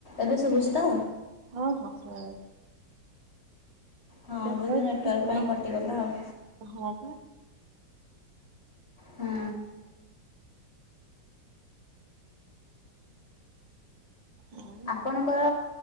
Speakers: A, on the left (about 35°); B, on the right (about 80°).
A: ଏବେ ଶୁବୁଚି ତ?
B: ହଁ ହଁ ଶୁବା ଯାଉଚି।
A: ହଁ
B: ଭଏସ୍
A: ବୋଧେ ନେଟୱାର୍କ
B: ଟିକେ ଶୁଣା
A: ପାଇଁ
B: ହଉନି।
A: କଟିଗଲା ଆଉ।
B: ହଁ ପା।
A: ହୁଁ।
B: ଆଉ
A: ଆପଣଙ୍କର